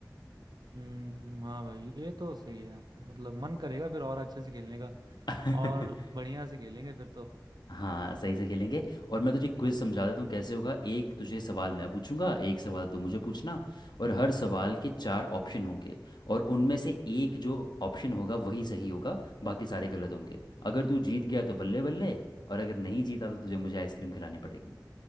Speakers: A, on the right; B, on the left.
A: हम्म हाँ भाई ये तो सही है यार मतलब मन करेगा फिर और अच्छे से खेलने का
B: है
A: और
B: <laughs>
A: बढ़िया से खेलेंगे फिर तो
B: हाँ सही से खेलेंगे और मैं तुझे क्विज समझा देता हूँ कैसे होगा एक तुझे सवाल मैं पूछूंगा एक सवाल तू मुझे पूछना और हर सवाल के चार ऑप्शन होंगे और उनमें से एक जो ऑप्शन होगा वही सही होगा बाकी सारे गलत होंगे अगर तू जीत गया तो बल्ले बल्ले और अगर नहीं जीता तो तुझे मुझे आइसक्रीम खिलानी पड़ेगी